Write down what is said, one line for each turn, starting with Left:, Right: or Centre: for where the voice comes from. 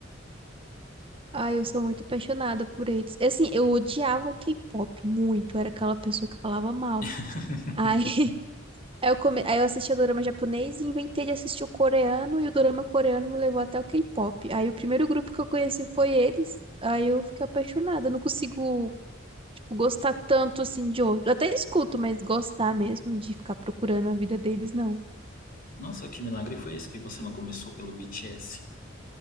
Right: Ai, eu sou muito apaixonada por eles. Assim, eu odiava K-pop muito, era aquela pessoa que falava mal.
Left: <laughs>
Right: Aí <laughs> aí eu, come... aí eu assistia dorama japonês e inventei de assistir o coreano, e o dorama coreano me levou até o K-pop. Aí o primeiro grupo que eu conheci foi eles, aí eu fiquei apaixonada. Eu não consigo, tipo, gostar tanto assim de outro. Eu Até escuto, mas gostar mesmo de ficar procurando a vida deles, não.
Left: Nossa, que milagre foi esse que você não começou pelo BTS?